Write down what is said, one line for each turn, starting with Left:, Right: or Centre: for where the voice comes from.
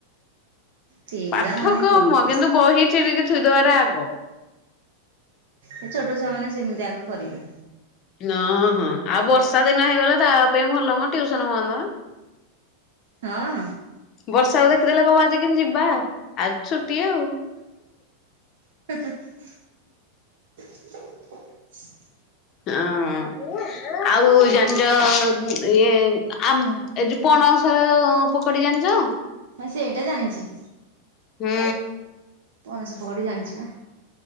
Right: ପିଲାମାନେ
Left: ପାଠ କମ
Right: କୁହନି
Left: କିନ୍ତୁ ବହି ଚିରିକି ଥୋଇଦବାର ଆଗ।
Right: ସେ ଛୋଟ ଛୁଆ ମାନେ ସେମିତି ଆଗ କରିବେ।
Left: ନ ହଁ ଆଉ ବର୍ଷା ଦିନ ହେଇଗଲେ ତା ପାଇଁ ଭଲମ ଟିଉସନ ବନ୍ଦ।
Right: ହଁ।
Left: ବର୍ଷାକୁ ଦେଖିଦେଲେ କବ ଆଜି କିମିତି ଯିବା ଆଉ ଆଜି ଛୁଟି ଆଉ।
Right: <unintelligible> <inaudible>
Left: ଆଁ ଉ। ଆଉ ଜାଣିଛ ଇଏ ଆ ଏ ଯଉ ପଣସର ପ କରି ଜାଣିଛ?
Right: ହଁ ସେଇଟା ଜାଣିଛି।
Left: ହୁଁ।
Right: ପଣସ ପକଡ଼ି ଜାଣିଛ ଆଁ।